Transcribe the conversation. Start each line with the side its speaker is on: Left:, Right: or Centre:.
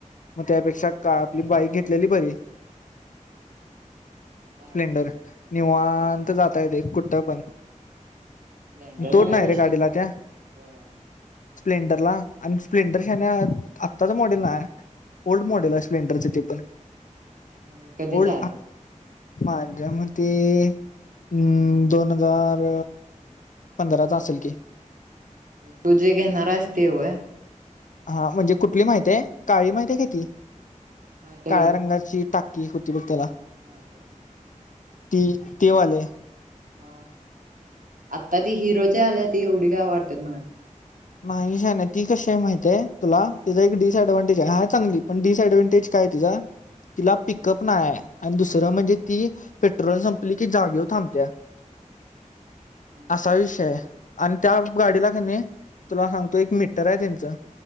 Left: मग त्यापेक्षा
Right: होय
Left: का आपली बाईक घेत असलेली बरी
Right: चालते
Left: स्प्लेंडर निवां ते जाता येते कुठं पण.
Right: स्प्लेंडरचा
Left: तोड
Right: काय विषय
Left: रे गाडीला
Right: नाही
Left: त्या
Right: सोड पण
Left: स्प्लेंडरला आणि स्प्लेंडर शान्या आत्ताच मॉडेल नाय. ओल्ड मॉडेल आहे स्प्लेंडरचं ते पण.
Right: म्हणजे कधीच
Left: ओल्ड
Right: आहे.
Left: माझ्या मते अं दोन हजार पंधराचा असेल की.
Right: तू जे घेणारास ते व्हय.
Left: हा म्हणजे कुठली माहिती आहे काळी माहित आहे का ती
Right: माहित
Left: काळ्या रंगाची टा की हुती ब त्याला.
Right: माहिती आहे की.
Left: ती ते वाले.
Right: हा आता ती हिरोची आल्या ती एवढी काय वाटत नाय.
Left: नाही शान्या ती कशी आहे माहितय तुला तिचा एक डिएडव्हांटेज आहे, आहे चांगली पण डिसएडव्हटेज काय काय तुझा. तिला पिकअप नाही आहे आणि दुसरं म्हणजे ती पेट्रोल संपली की जागेवर थांबते.
Right: मग
Left: असा विषय आणि त्या गाडीला का नाही. तुला सांगतो एक मीटर आहे त्यांचं